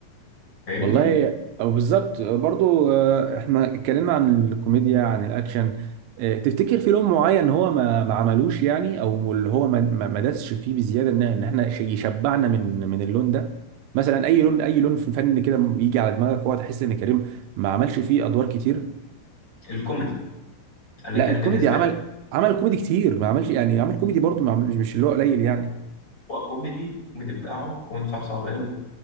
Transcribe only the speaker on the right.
والله او بالظبط برضو آه، احنا اتكلمنا عن الكوميديا عن الاكشن آه، تفتكر في لون معين هو ما ما عملوش يعني او اللي هو ما ما ما دسش فيه بزياده ان إن احنا شيء يشبعنا من من اللون ده مثلا اي لون اي لون في فن كده يجي على دماغك هو تحس ان كريم ما عملش فيه ادوار كتير
لا
الكوميدي
عمل عمل كوميدي كتير ما عملش يعني عمل كوميدي
برضو ما عمل- مش مش اللي هو قليل يعني